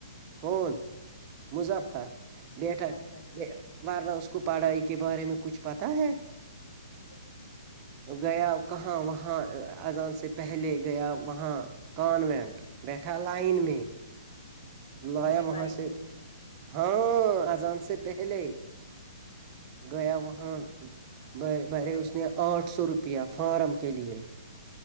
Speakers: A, on the right; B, on the left.
A: کون مظفر بیٹا
B: اچھا اچھا
A: ورنہ اس کو پڑھائی کے بارے میں کچھ پتا ہے
B: نہیں
A: گیا کہاں وہاں اذان سے پہلے گیا وہاں کانوینٹ بیٹھا لائن میں لایا
B: پہ
A: وہاں
B: لائن
A: سے
B: ہوئی
A: ہاں آجان سے پہلے گیا وہاں
B: دیکھا
A: ب برے اس نے آٹھ سو روپیہ فارم کے لیے